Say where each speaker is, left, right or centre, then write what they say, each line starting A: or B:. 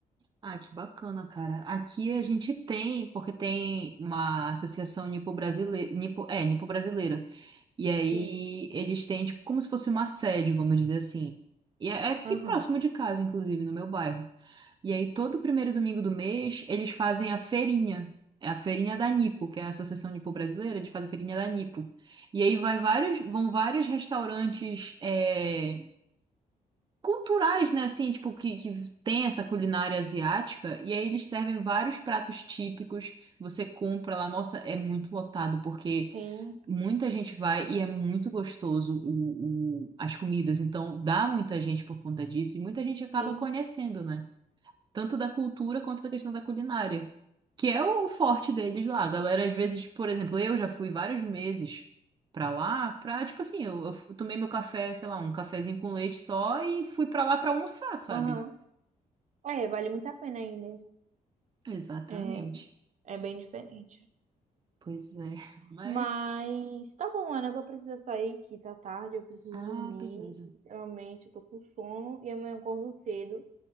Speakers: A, on the right; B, on the right.
A: Ah, que bacana, cara. Aqui a gente tem, porque tem uma associação nipo-brasile- nipo, é, nipo-brasileira. E aí
B: Sim.
A: eles têm, tipo, como se fosse uma sede, vamos dizer assim. E é é aqui
B: Aham.
A: próximo de casa, inclusive, no meu bairro. E aí todo primeiro domingo do mês eles fazem a feirinha. É a feirinha da Nipo, que é a Associação Nipo Brasileira, eles fazem a feirinha da Nipo. E aí vai vários, vão vários restaurantes é, culturais, né? Assim, tipo, que, que tem essa culinária asiática. E aí eles servem vários pratos típicos. Você compra lá, nossa, é muito lotado, porque.
B: Sim,
A: Muita gente vai e é muito gostoso o, o- as comidas, então dá muita gente por conta disso e muita gente acaba
B: sim.
A: conhecendo, né? Tanto da cultura quanto da questão da culinária, que é o forte deles lá. A galera, às vezes, por exemplo, eu já fui vários meses pra lá, pra, tipo assim, eu, eu f- tomei meu café, sei lá, um cafezinho com leite só e fui pra lá pra almoçar, sabe?
B: Aham. É, vale muito a pena ainda.
A: Exatamente.
B: É, é bem diferente.
A: Pois é. Mas.
B: Mas tá bom, Ana, eu vou precisar sair que tá tarde, eu preciso
A: Ah,
B: dormir.
A: beleza.
B: Realmente, eu tô com sono e amanhã eu acordo cedo.